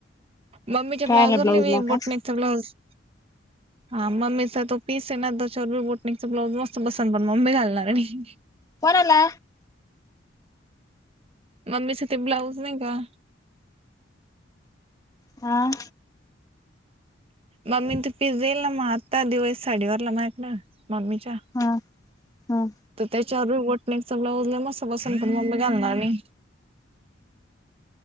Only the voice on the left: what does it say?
कायला
ब्लाऊजला का
कोणाला?
हा..
हा हा